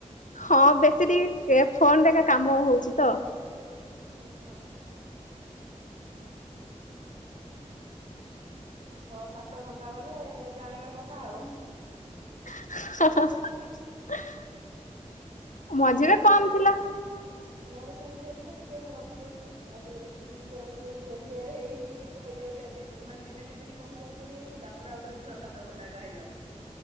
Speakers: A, on the left (about 85°); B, on the right (about 60°).
A: ହଁ ବେଶୀ ଟିକେ ଫୋନରେ ଏକା କାମ ହଉଛି ତ?
B: <unintelligible> ଛଅ ସାତ ଘଣ୍ଟା ବଲେ ଜାଣିବା କଥା ଆଉ।
A: <unintelligible> ମଝିରେ
B: ମୋର
A: କମ
B: ସେମ୍
A: ଥିଲା
B: ମୋର ସେମିତି ହଉଛି ଯେ ଟିକେ ମୁଁ ରଖିଦଉଛି ଆଉଥର ଦେଖୁଛି ଟିକେ ରଖି ଦଉଛି ଏମିତି ଏଇ ହେଇଯାଉଛିଉାନେ ଦିନ ଦି ଦିନ କଣ୍ଟ୍ରୋଲ କରି ହଉଛି ତାପରେ ଆଉ ଥରେ ଛଅ ସାତ ଘଣ୍ଟ ଏକା ହେଇଯାଉଛି।